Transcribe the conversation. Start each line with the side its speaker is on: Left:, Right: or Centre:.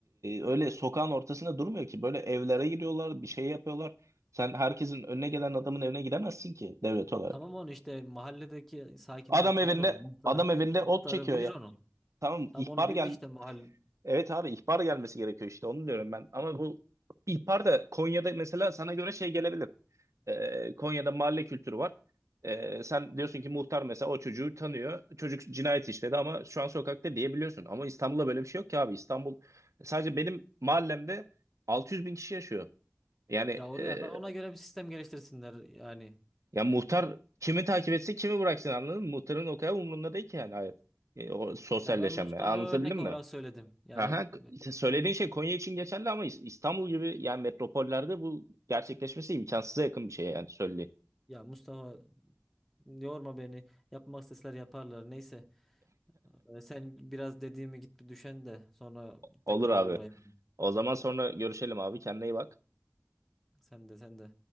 Right: öyle sokağın ortasında durmuyor ki böyle evlere giriyorlar bir şey yapıyorlar. Sen herkesin önüne gelen adamın evine gidemezsin ki devlet olarak.
Centre: Tamam onu işte mahalledeki sakinler
Right: Adam
Centre: tanır
Right: evinde
Centre: onu. Muhtarı,
Right: adam evinde ot
Centre: muhtarı
Right: çekiyor
Centre: bilir
Right: ya.
Centre: onu.
Right: Tamam
Centre: Tam
Right: ihbar
Centre: onu
Right: gel
Centre: bilir işte mahalle.
Right: Evet abi ihbar gelmesi gerekiyor işte onu diyorum ben. Ama bu ihbar da Konya'da mesela sana göre şey gelebilir. Ee, Konya'da mahalle kültürü var. Ee, sen diyorsun ki muhtar mesela o çocuğu tanıyor. Çocuk cinayet işledi ama şu an sokakta diyebiliyorsun. Ama İstanbul'da böyle bir şey yok ki abi. İstanbul sadece benim mahallemde 600 bin kişi yaşıyor. Yani
Centre: Ya oraya
Right: e,
Centre: da ona göre bir sistem geliştirsinler yani.
Right: ya muhtar kimi takip etse kimi bıraksın anladın mı? Muhtarın o kadar umurunda değil ki yani hayır. E, o sosyalleşme
Centre: Ya ben Mustafa'ya
Right: anlatabildim
Centre: örnek olarak
Right: mi?
Centre: söyledim. Yani
Right: Aha, k- işte söylediğin şey Konya için geçerli ama İs- İstanbul gibi yani metropollerde bu gerçekleşmesi imkansıza yakın bir şey yani söylediğin.
Centre: ya Mustafa yorma beni. Yapmak isteseler yaparlar. Neyse. Ee, sen biraz dediğimi git bir düşen de sonra
Right: Olur
Centre: tekrar
Right: abi.
Centre: uğrayalım.
Right: O zaman sonra görüşelim abi. Kendine iyi bak.
Centre: Sen de sen de.